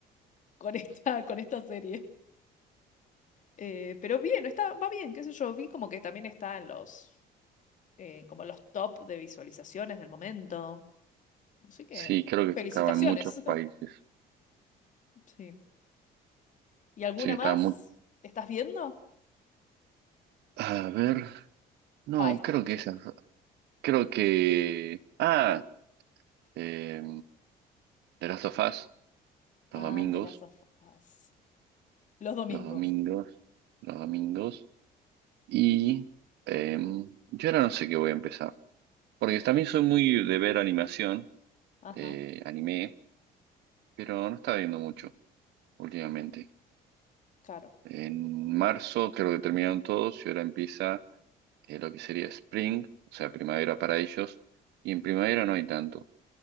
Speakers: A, on the left (about 50°); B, on the right (about 80°).
A: con esta, <laughs> con esta serie. Eh, pero bien, está, va bien, qué sé yo, vi como que también está en los, eh, como los top de visualizaciones del momento. Así que,
B: Sí, creo que estaba
A: felicitaciones.
B: en muchos
A: <laughs>
B: países.
A: Sí. ¿Y alguna
B: Sí, estaba
A: más?
B: muy...
A: ¿Estás viendo?
B: A ver, no,
A: Ah, es-
B: creo que esas... Creo que... Ah, eh, The Last of Us,
A: ah,
B: los domingos,
A: de las afas Los domingos.
B: los domingos, los domingos. Y eh, yo ahora no sé qué voy a empezar. Porque también soy muy de ver animación,
A: Ajá,
B: eh, anime, pero no estaba viendo mucho últimamente.
A: claro.
B: En marzo creo que terminaron todos y ahora empieza... eh, lo que sería spring, o sea, primavera para ellos, y en primavera no hay tanto.